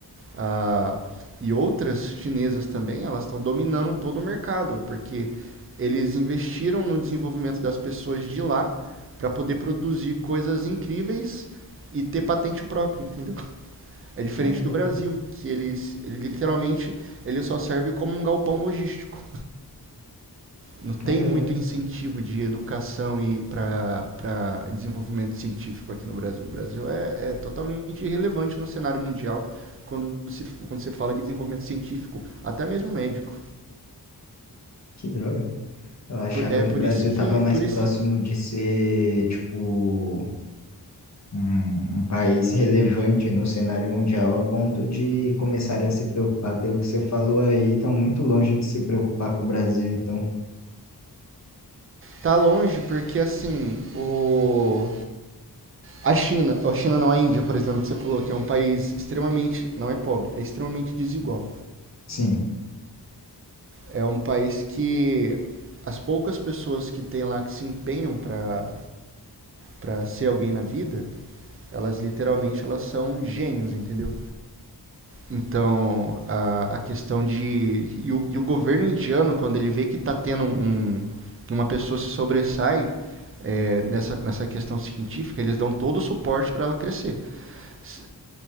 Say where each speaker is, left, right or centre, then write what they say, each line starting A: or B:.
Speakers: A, on the right; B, on the left.
A: ah, e outras chinesas também, elas estão dominando todo o mercado, porque eles investiram no desenvolvimento das pessoas de lá para poder produzir coisas incríveis e ter patente própria, entendeu? É diferente
B: Caramba,
A: do Brasil, que eles ele literalmente ele só serve como um galpão logístico não tem
B: caramba,
A: muito incentivo de educação e para desenvolvimento científico aqui no Brasil. O Brasil é, é totalmente irrelevante no cenário mundial quando se quando você fala de desenvolvimento científico, até mesmo médico.
B: que droga. Eu achava
A: É por
B: que o Brasil
A: isso que
B: estava mais
A: por
B: próximo
A: isso
B: de ser, tipo, um, um país relevante no cenário mundial a ponto de começarem a se preocupar pelo que você falou aí, estão muito longe de se preocupar com o Brasil, então,
A: tá longe, porque assim, o a China, a China não a Índia, por exemplo, que você falou que é um país extremamente, não é pobre, é extremamente desigual.
B: sim,
A: É um país que as poucas pessoas que tem lá que se empenham para para ser alguém na vida, Elas literalmente elas são gênios, entendeu? Então, a, a questão de. E o, e o governo indiano, quando ele vê que está tendo um. um, que uma pessoa se sobressai eh, nessa, nessa questão científica, eles dão todo o suporte para ela crescer. S-